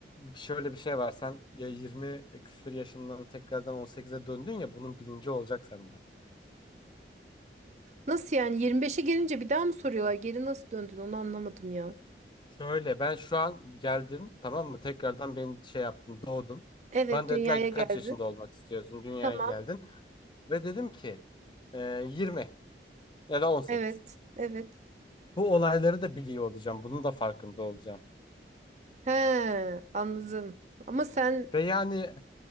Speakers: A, on the left (about 25°); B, on the right (about 40°).
A: şöyle bir şey var sen ya 20 küsur yaşından tekrardan 18'e döndün ya bunun bilinci olacak sende.
B: Nasıl yani 25'e gelince bir daha mı soruyorlar? Geri nasıl döndün? Onu anlamadım ya.
A: Şöyle ben şu an geldim tamam mı tekrardan beni şey yaptın doğdum.
B: Evet,
A: Bana
B: dünyaya
A: dediler ki
B: geldi.
A: kaç yaşında olmak istiyorsun dünyaya
B: Tamam.
A: geldin ve dedim ki eee 20 ya da 18.
B: Evet. Evet.
A: Bu olayları da biliyor olacağım bunun da farkında olacağım.
B: He, anladım. Ama sen
A: Ve yani